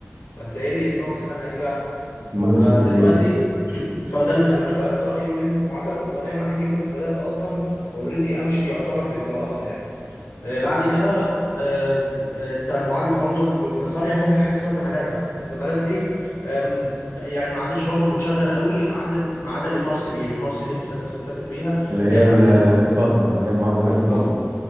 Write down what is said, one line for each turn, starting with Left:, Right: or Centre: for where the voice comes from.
Left: فأنت إيه اللي يزنقك الزنقة دي بقى؟
Right: امال انا
Left: فدلوقتي
Right: مسافر ليه؟
Left: <clears throat> فده اللي خلاني غيرت رأيي من المعادلة البريطانية مع إني كنت بدأت أصلا أوريدي أمشي يعتبر في إجراءاتها يعني آه، بعد كده آه، بتاع المعادله برضو ب- بريطانيا فيها حاجه اسمها زمالات بقى الزمالات دي آم، يعني ما عادتش برضو بتشغل قوي عدا ما عدا الام ار سي بي الام ار سي بي لسه الناس بتسافر بيها
Right: اللي هي
Left: اللي هي بتاعت
Right: ال-
Left: ال
Right: الباطنه اللي هي مع- زماله الباطنه
Left: اه